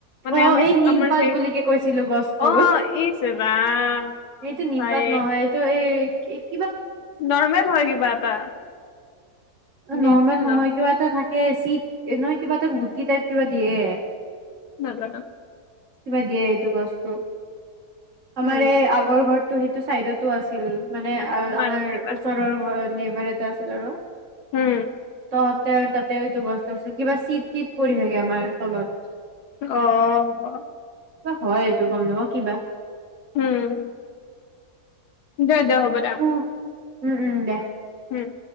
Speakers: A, on the left (about 80°); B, on the right (about 55°).
A: মানে
B: অ
A: আমি
B: ' এই নিমপাত
A: আমাৰ সেই
B: বুলিকে কৈছিলো গছটো।
A: অ ইছ ৰাম
B: এইটো নিমপাত
A: ভাই
B: নহয় এইটো এই- এ <unintelligible>
A: নৰ্মেল হয় কিবা এটা। মিল
B: নৰ্মেল
A: চিল
B: নহয় কিবা এটা থাকেই। - এ নহয় কিবা এতা গুটি টাইপ কিবা দিয়ে।
A: নাজানো।
B: কিবা দিয়ে এটো গছতো।
A: উম
B: আমাৰে আগৰ ঘৰ- তোৰ সেইটো চাইডতো আছে, -ছিল মানে
A: নাজানো
B: আ আমাৰ
A: আৰু কিবা
B: ওচৰৰ ঘৰৰ নেম -বাৰ এটা আছিল আৰু
A: উম।
B: তহঁতে আৰু তাতে এইটো গস্ত আছিল কিবা চিত ত পৰি থগে আমাৰ তলত।
A: অ
B: কিবা হয় এইটো গম নাপাও কিবা
A: উম দে দো হ'ব দো
B: উম উম উম দে
A: উম।